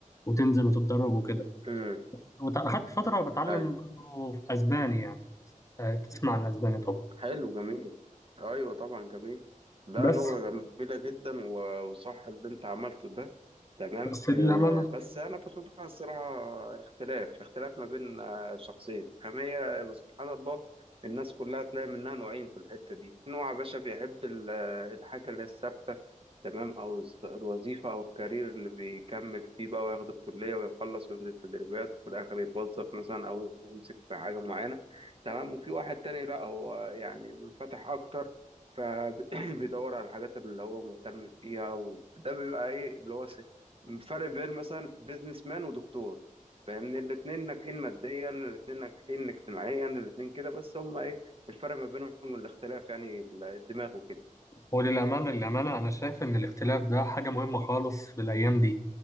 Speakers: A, on the left (about 25°); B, on the right (about 40°).
A: وتنزل وتتدرب وكده
B: مم.
A: بس وت- أخدت فترة بتعلم
B: ايوه
A: برضه أسباني يعني آه، تسمع عن أسباني طبعا
B: حلو جميل ايوه طبعا جميل لا
A: بس
B: لغة جميلة جدا و- وصح اللي انت عملته ده تمام
A: بس
B: آه
A: للأمانة
B: بس انا بشوفها الصراحه اختلاف اختلاف ما بين آه شخصين أما هي بس سبحان الله الناس كلها تلاقي منها نوعين في الحته دي في نوع يا باشا بيحب ال- آه، الحاجه اللي هي الثابته تمام او الز- الوظيفه او الكارير اللي بيكمل فيه بقى وياخد الكليه ويخلص وينزل تدريبات وفي الاخر يتوظف مثلا او يمسك في حاجه معينه تمام وفي واحد تاني لا هو يعني منفتح اكتر فبيدور <coughs> <clears throat> على الحاجات اللي هو مهتم فيها وده بيبقى ايه اللي هو فرق بين مثلا بيزنس مان ودكتور فاهمني الاتنين ناجحين ماديا الاتنين ناجحين اجتماعيا الاتنين كده بس هما ايه الفرق ما بينهم الاختلاف يعني الدماغ وكده
A: وللأمانة للأمانة للأمانة أنا شايف إن الاختلاف ده حاجة مهمة خالص في الأيام دي